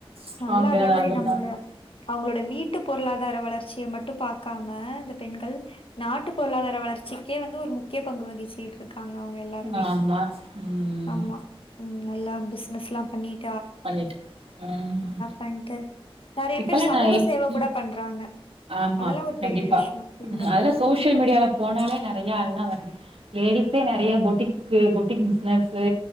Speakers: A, on the right; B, on the left.
A: ஸ்ட்ராங்கா
B: நல்லா அதே
A: தான்
B: மாரி
A: இருந்திருக்காங்க
B: நம்மளோட அவங்களோட வீட்டு பொருளாதார வளர்ச்சிய மட்டு பாக்கா நம்ம இந்த பெண்கள் நாட்டு பொருளாதார வளர்ச்சிக்கே வந்து ஒரு முக்கிய பங்கு வகிச்சிட்டு இருக் இருக்காங்க அவங்க எல்லாருமே
A: ஆமா ம்
B: ஆமா உம் நல்லா பசினஸ்லாம் பன்னீர்
A: பண்ணிட் ம் ம்
B: பண்ட்டு நெறைய
A: இப்பல்லா
B: பேர் சமூக
A: நான் எப்
B: சேவ
A: ம்
B: கூட பண்றாங்க
A: ஆமா
B: அதெல்லா ஒரு
A: கண்டிப்பா
B: பெரிய விஷயம் பெண்கள்
A: ம் அதல்லா சோஷியல் மீடியால போனாலே நெறைய அதான் வருது லேடிஸே நெறைய பொட்டிக் பொட்டிக் பிஸ்னஸு